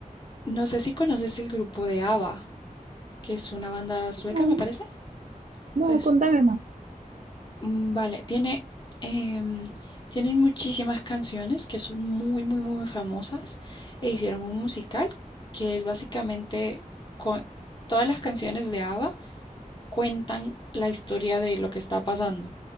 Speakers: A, on the left; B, on the right.
A: no sé si conoces el grupo de ABBA, que es una banda sueca,
B: No,
A: me parece.
B: no,
A: ¿O es?
B: contame más.
A: Mm, Vale, tiene, em, tienen muchísimas canciones que son muy, muy, muy famosas e hicieron un musical que es básicamente con todas las canciones de ABBA cuentan la historia de lo que está pasando,